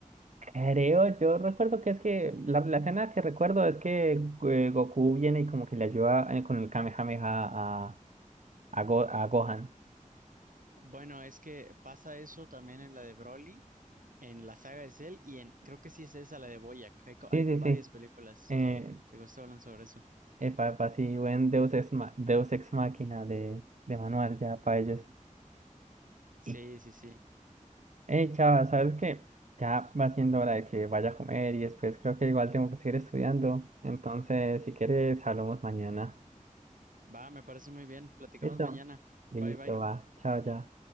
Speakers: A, on the right (about 60°); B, on the right (about 75°).
A: Creo, yo recuerdo que es que la, la escena que recuerdo es que eh, Goku viene y como que le ayuda eh, con el Kamehameha a, a, Go- a Gohan.
B: Bueno, es que pasa eso también en la de Broly, en la saga de Cell y en, creo que sí es esa la de Boyac. Hay, co-
A: Sí,
B: hay
A: sí,
B: varias
A: sí.
B: películas
A: Eh,
B: que, que justo hablan sobre eso.
A: Epa, epa, sí, buen Deus Ex, Ma- Deus Ex Máquina de, de manual ya para ellos.
B: Sí,
A: Y,
B: sí, sí.
A: hey, chava, ¿sabes qué? Ya va siendo hora de que vaya a comer y después creo que igual tengo que seguir estudiando. Entonces, si quieres, hablamos mañana.
B: Va, me parece muy bien. Platicamos
A: ¿Listo?
B: mañana.
A: Listo,
B: Bye, bye.
A: va. Chao, ya.